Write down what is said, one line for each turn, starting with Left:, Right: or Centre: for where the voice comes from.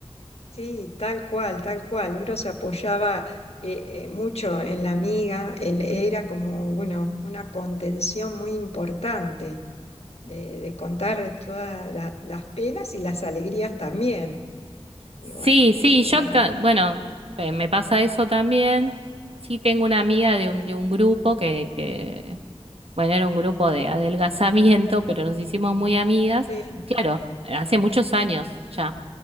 Left: sí, tal cual, tal cual. Uno se apoyaba eh, eh, mucho en la amiga, él era como, bueno, una contención muy importante de, de contar todas la- las penas y las alegrías también.
Right: Sí,
Left: Y bueno,
Right: sí,
Left: de
Right: yo,
Left: la,
Right: ta- bueno, eh, me pasa eso también. Sí, tengo una amiga de un, de un grupo que, que Bueno, era un grupo de adelgazamiento, pero nos hicimos muy amigas.
Left: sí,
Right: Claro, hace muchos años ya.